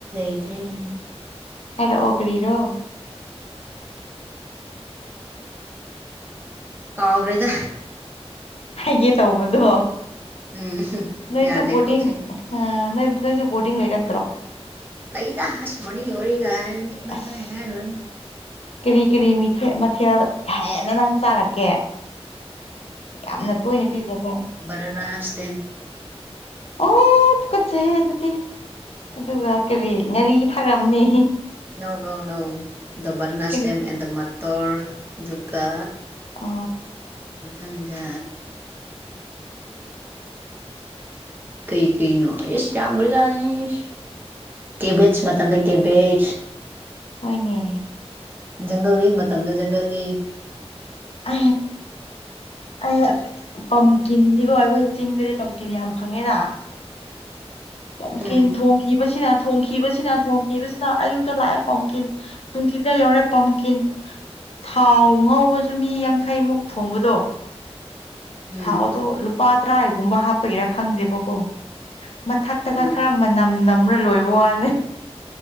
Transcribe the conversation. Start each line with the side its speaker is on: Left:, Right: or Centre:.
Right: ꯏꯗ꯭ꯔꯅꯦ
Left: ꯍꯦꯔ ꯑꯣ ꯀꯔꯤꯔꯣ
Right: ꯀꯥꯎ꯭ꯔꯦꯗ
Left: ꯍꯥꯏꯒꯦ ꯇꯧꯕꯗꯣ
Right: ꯎꯝ
Left: ꯅꯣꯏꯁꯨ
Right: ꯌꯥꯗꯦ
Left: ꯕꯣꯇꯤꯡ
Right: ꯀꯣꯛꯁꯦ
Left: ꯏꯅꯁꯨ ꯣꯔꯇꯤꯡ ꯂꯩ ꯀꯛꯇ꯭ꯔꯣ
Right: ꯂꯩꯗ ꯍꯥꯁ ꯃꯅꯤ ꯑꯣꯏꯔꯤꯒ ꯍꯥꯏꯔꯅꯤ
Left: ꯑꯁ
Right: ꯍꯥꯏꯔꯅ
Left: ꯀꯔꯤ ꯀꯔꯤ ꯃꯊꯦꯜ ꯍꯦꯟꯅ ꯅꯪ ꯆꯥꯔꯛꯀꯦ ꯌꯥꯝꯅ ꯇꯣꯏꯅ ꯄꯤꯖꯒꯦ
Right: ꯔꯦ ꯔꯅꯥꯥꯁ ꯇ
Left: ꯑꯣꯀꯠꯁꯦ ꯑꯗꯨꯗꯤ ꯑꯗꯨꯒ ꯀꯔꯤ ꯉꯥꯔꯤ ꯊꯥꯔꯝꯅꯤ
Right: ꯏꯧꯅꯧ ꯅꯧ ꯗꯕꯜ ꯅꯥꯁꯇꯦꯝ
Left: ꯀꯔꯤ
Right: ꯑꯦꯟ ꯗ ꯃꯇꯣꯔ ꯑꯗꯨꯒ
Left: ꯑ
Right: ꯑꯪꯗ ꯀꯩ ꯀꯩꯅꯣ ꯑꯦꯁ ꯌꯥꯝ꯭ꯔꯖꯥꯅꯤꯁ ꯀꯦꯕꯦꯖ ꯃꯟ꯭ꯔꯦ ꯀꯦꯕꯦꯖ
Left: ꯍꯅꯦ
Right: ꯪꯒꯜꯒꯤ ꯃꯇꯝꯗ ꯪꯒꯜꯒꯤ
Left: ꯑ ꯑ ꯄꯝꯀꯤꯟꯗꯤ ꯀꯈ ꯆꯤꯡꯗꯗꯤ ꯄꯝ ꯌꯥꯝ ꯐꯪꯉꯦꯗ ꯄꯝ
Right: ꯎꯝ
Left: ꯊ ꯅ ꯊꯣꯡꯈꯤꯕꯁꯤꯅ ꯊꯣꯡꯈꯤꯕꯁꯤꯅ ꯑꯌꯨꯛꯇ ꯂꯥꯛꯑꯦ ꯄꯥꯝꯈꯤ ꯅꯨꯡꯇꯤꯗ ꯌꯥꯎꯔꯦ ꯄꯝꯀꯤꯟ ꯊꯥꯎ ꯉꯥꯎꯕꯁꯨ ꯆꯃꯤ ꯌꯥꯡꯈꯩꯃꯨꯛ ꯊꯣꯡꯕꯗꯣ
Right: ꯎꯝ
Left: ꯊꯥꯎꯗꯣ ꯂꯨꯄꯥ ꯇꯔꯥ ꯍꯒꯨꯝꯕ ꯍꯥꯞꯄꯒꯤꯦꯔ ꯈꯪꯗꯦꯕꯀꯣ ꯃꯊꯛꯇꯒ
Right: ꯎꯝ
Left: ꯈꯔ ꯃꯅꯝꯅ ꯂꯣꯏꯕ ꯋꯥꯂ